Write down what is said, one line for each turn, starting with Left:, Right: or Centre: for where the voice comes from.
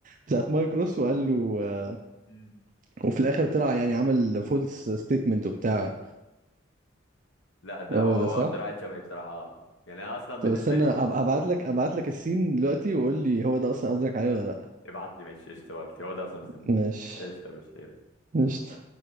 Right: بتاعت مايك روس وقال له آه،
Left: مم.
Right: وفي الاخر طلع يعني عمل فولس ستيتمنت وبتاع
Left: لا ده
Right: هو
Left: هو هو
Right: ده صح؟
Left: اكتر واحد شبهي بصراحه آه. يعني انا اصلا بالنسبه
Right: طب استنى
Left: لي
Right: أب- ابعت لك ابعت لك السين دلوقتي وقول لي هو ده اصلا قصدك عليه ولا لا
Left: ابعت لي ماشي قشطه ابعت لي هو ده اصلا مستنيه
Right: ماشي
Left: قشطه يا باشا
Right: قشطة